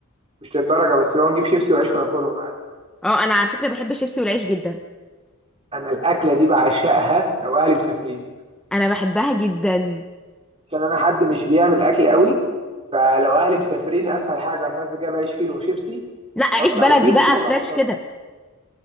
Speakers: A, on the right; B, in the centre.
A: مش للدرجه بس لو نجيب شيبسي وعيش وناكلهم عادي
B: اه انا على فكره بحب الشيبسي والعيش جدا
A: انا الاكله دي بعشقها لو اهلي مسافرين
B: انا بحبها جدا
A: كان انا حد مش بيعمل اكل قوي فلو اهلي مسافرين اسهل حاجه اروح نازل جايب عيش فينو وشيبسي
B: لا
A: واطلع
B: عيش بلدي
A: وبيبسي
B: بقى
A: واروح
B: فريش
A: طالع
B: كده